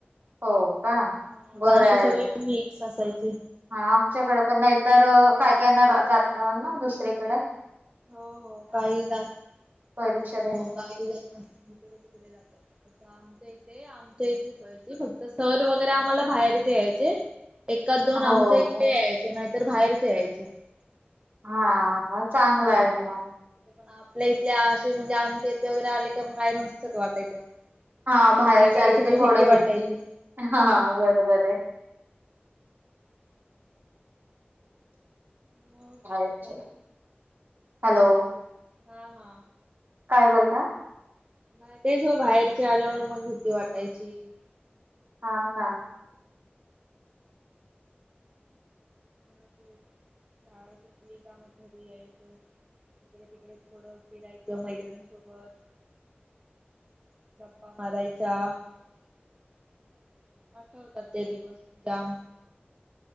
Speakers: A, on the right (about 55°); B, on the right (about 25°).
A: हो का
B: हा
A: <inaudible>
B: पण
A: बरं
B: अशी
A: आहे.
B: सगळी मिक्स
A: <inaudible>
B: असायची
A: <inaudible> हा आमच्याकडे पण नाहीतर काय काय ना जात ना दुसरीकडें, <inaudible>
B: हो हो काही का <inaudible> हो
A: परीक्षा द्या
B: हो काही ज तिकडे तिकडे जातात. आ आमच्या इथे आमच्या इथेच व्हायची फक्त सर वगैरे आम्हाला बाहेरचे यायचे, <inaudible> एकाच दोन
A: हो.
B: आमच्या इथले यायचे नाहीतर बाहेरचे यायचे, <inaudible>
A: हा हा चांगल आहे. मग,
B: पण आपल्या इथले असे म्हणजे आमच्या इथले वगैरे आले का मग आ नसत वाटायचं,
A: हा
B: बाहेरचे
A: बाहेर आले
B: थोडी
A: की थोडे
B: भीती वाटायची
A: भेटतील, <inaudible> हा हा बरोबर आहे. <inaudible>
B: मग
A: बाहेरचे
B: बाकी
A: हॅलो
B: <inaudible> <unintelligible> हा हा
A: काय बोलता. <inaudible>
B: <inaudible> नाही तेच व बाहेरच्या आल्यावर मग भीती वाटायची, <inaudible>
A: <inaudible> हा का <inaudible>
B: <inaudible> शळा सुटली का मग घरी यायच <inaudible> इकडे तिकडे थोडं फिरायचं मैत्रिणी सोबत, <inaudible> <inaudible> गप्पा मारायच्या, <inaudible> <inaudible> आठवता ते दिवस जाम <inaudible>